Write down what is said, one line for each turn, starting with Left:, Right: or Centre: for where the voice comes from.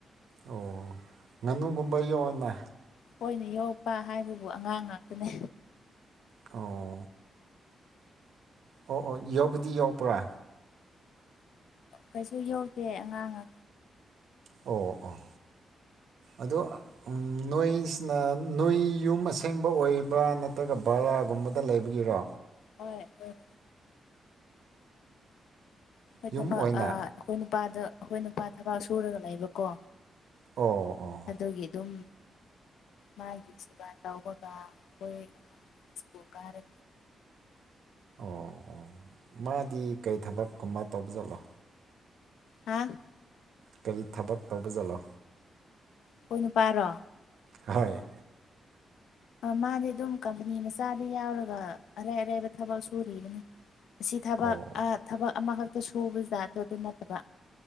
Right: ꯑꯣ ꯉꯥꯅꯨꯒꯨꯝꯕ ꯌꯣꯛꯎꯅ
Left: ꯈꯣꯏꯅ ꯌꯣꯛꯛꯄ ꯍꯥꯏꯕꯕꯨ ꯑꯉꯥꯡ ꯉꯥꯛꯇꯅꯦ꯫
Right: ꯑꯣ꯫ ꯑꯣ ꯑꯣ ꯌꯣꯛꯄꯗꯤ ꯌꯣꯛꯄ꯭ꯔꯥ꯫
Left: ꯀꯩꯁꯨ ꯌꯣꯛꯇꯦ ꯑꯉꯥꯡ ꯉꯥ
Right: ꯑꯣ ꯑꯣ ꯑꯗꯣ ꯅꯣꯏꯁꯤꯅ ꯅꯣꯏ ꯌꯨꯝ ꯑꯁꯦꯡꯕ ꯑꯣꯏꯕ꯭ꯔꯥ ꯅꯠꯇ꯭ꯔꯒ ꯕꯔꯥꯒꯨꯝꯕꯗ ꯂꯩꯕꯒꯤꯔꯣ꯫
Left: ꯍꯣꯏ <unintelligible> ꯑꯩꯈꯣꯏ
Right: ꯌꯨꯝ
Left: ꯊꯕꯥꯛ
Right: ꯑꯣꯏꯅ
Left: ꯑꯩꯈꯣꯏ ꯅꯨꯄꯥꯗ ꯑꯩꯈꯣꯏ ꯅꯨꯄꯥ ꯊꯕꯥꯛ ꯁꯨꯔꯒ ꯂꯩꯕꯀꯣ
Right: ꯑꯣ ꯑꯣ
Left: ꯑꯗꯨꯒꯤ ꯑꯗꯨꯝ ꯃꯥꯒꯤ ꯁꯦꯕꯥ ꯇꯧꯕꯒ ꯑꯩꯈꯣꯏ ꯁ꯭ꯀꯨꯜ ꯀꯥꯔꯤ
Right: ꯑꯣ ꯑꯣ ꯃꯥꯗꯤ ꯀꯩ ꯊꯕꯛꯀꯨꯝꯕ ꯇꯧꯕ ꯖꯥꯠꯂꯣ꯫
Left: ꯍꯥ꯫
Right: ꯀꯔꯤ ꯊꯕꯛ ꯇꯧꯕ ꯖꯥꯠꯂꯥ꯫
Left: ꯑꯩꯈꯣꯏ ꯅꯨꯄꯥꯔꯣ꯫
Right: ꯍꯣꯏ꯫
Left: ꯃꯥꯗꯤ ꯑꯗꯨꯝ ꯀꯝꯄꯅꯤ ꯃꯆꯥꯗ ꯌꯥꯎꯔꯒ ꯑꯔꯩ ꯑꯔꯩꯕ ꯊꯕꯛ ꯁꯨꯔꯤꯕꯅꯤ꯫ ꯁꯤ ꯊꯕꯛ
Right: ꯑꯣ
Left: ꯑꯥ ꯊꯕꯛ ꯑꯃꯈꯛꯇ ꯁꯨꯕꯖꯠꯇꯣ ꯑꯗꯨ ꯅꯠꯇꯕ꯫